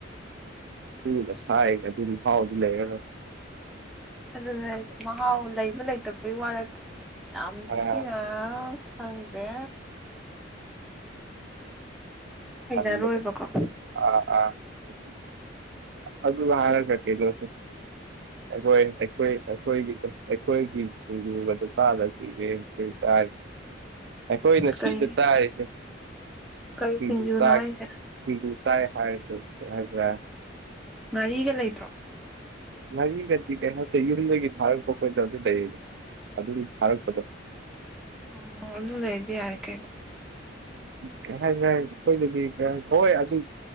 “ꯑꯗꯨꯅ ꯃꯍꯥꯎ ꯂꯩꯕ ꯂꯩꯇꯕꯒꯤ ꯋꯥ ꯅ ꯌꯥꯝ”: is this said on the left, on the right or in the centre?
Centre